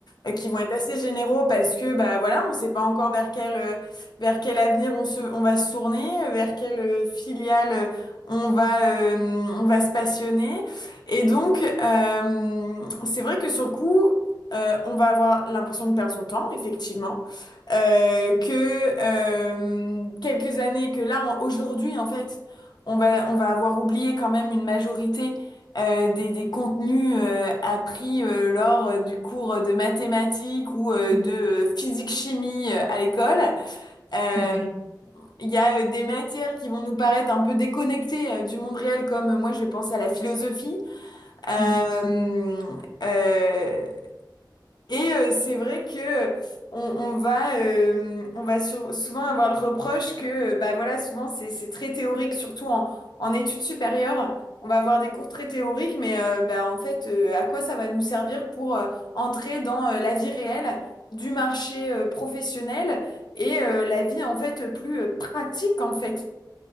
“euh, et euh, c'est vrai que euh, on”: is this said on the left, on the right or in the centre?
Left